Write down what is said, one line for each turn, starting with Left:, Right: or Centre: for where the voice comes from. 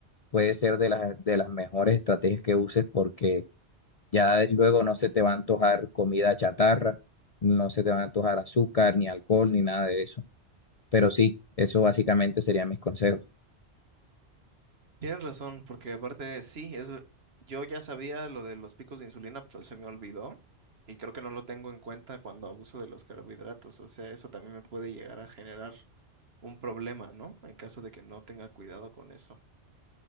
Left: puede ser de las, de las mejores estrategias que uses porque ya luego no se te va a antojar comida chatarra, no se te va a antojar azúcar, ni alcohol, ni nada de eso. Pero sí, eso básicamente serían mis consejos.
Right: Tienes razón, porque aparte sí, es, yo ya sabía lo de los picos de insulina, pero se me olvidó y creo que no lo tengo en cuenta cuando abuso de los carbohidratos, o sea, eso también me puede llegar a generar un problema, ¿no? En caso de que no tenga cuidado con eso.